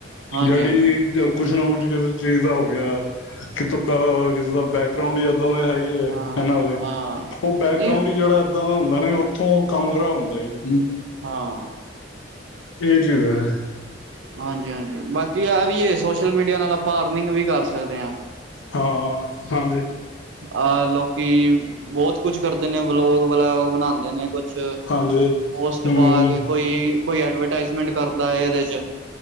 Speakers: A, on the right (about 80°); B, on the left (about 85°).
A: ਹਾਂਜੀ
B: ਜੜੀ
A: ਹਾਂਜੀ
B: ਕੁੱਛ ਨਾ ਕੁੱਛ ਕਿਸ ਚੀਜ਼ ਦਾ ਹੋ ਗਿਆ ਕਿ ਕਿਸੇ ਦਾ ਬੈਕਗਰਾਉਂਡ ਜਾਂ ਉਹਦੇ ਹੈਗੇ ਹੈ
A: ਹਾਂ
B: ਹਨਾ ਉਹਦੇ
A: ਹਾਂ
B: ਉਹ ਬੈਕਗਰਾਉਂਡ
A: ਨਹੀਂ
B: ਹੀ ਜਿਹੜਾ ਤੋ ਬਨੇ ਉੱਥੋਂ ਕੰਮ ਖਰਾਬ ਹੁੰਦਾ ਜ।
A: ਹਾਂ
B: ਇਹ ਜਗਾ
A: ਹਾਂਜੀ ਹਾਂਜੀ ਬਾਕੀ ਕਿ ਆ ਵੀ ਇਹ ਸੋਸ਼ਲ ਮੀਡੀਆ ਨਾਲ ਆਪਾਂ ਅਰਨਿੰਗ ਵੀ ਕਰ ਸਕਦੇ ਹਾਂ।
B: ਹਾਂ ਹਾਂਜੀ।
A: ਅਹ ਲੋਕੀ ਬਹੁਤ ਕੁਛ ਕਰਦੇ ਨੇ ਵਲੋਗ ਵਲੋਗ ਬਣਾਉਂਦੇ ਨੇ ਕੁਛ ਕੁਛ
B: ਹਾਂਜੀ
A: ਪੋਸਟ
B: ਹੂੰ
A: ਪਾ ਕੇ ਕੋਈ ਕੋਈ ਐਡਵਰਟਾਈਜ਼ਮੈਂਟ ਕਰਦਾ ਹੈ ਇਹਦੇ ਚ।